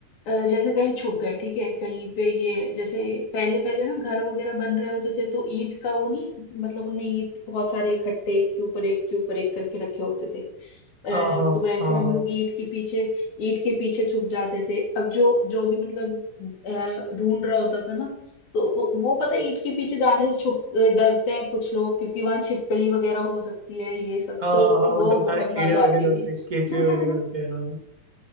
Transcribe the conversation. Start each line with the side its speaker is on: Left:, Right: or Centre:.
Left: अह, जैसे कहीं छुप गए ठीक है कहीं पे ये जैसे पहले पहले ना घर वगैरह बन रहे होते थे तो ईंट का वो नहीं मतलब उनने ईंट बहुत सारे इकट्ठे एक के ऊपर एक के ऊपर एक करके रखे होते थे अह,
Right: हाँ हाँ
Left: तो वैसे
Right: हाँ
Left: हम
Right: हाँ
Left: लोग ईंट के पीछे ईंट के पीछे छुप जाते थे अब जो जो भी मतलब अ, ढूंढ रहा होता था ना तो वो वो पता है ईंट के पीछे जाने से छुप अ, डरते हैं कुछ लोग क्योंकि वहां छिपकली वगैरह हो सकती है ये सब
Right: हाँ
Left: तो
Right: हाँ
Left: वो
Right: मतलब सारे
Left: बहुत
Right: कीड़े
Left: मजा
Right: वगैरह
Left: आती
Right: होते
Left: थी
Right: हैं केचुए
Left: <laughs>
Right: वगैरह होते हैं हाँ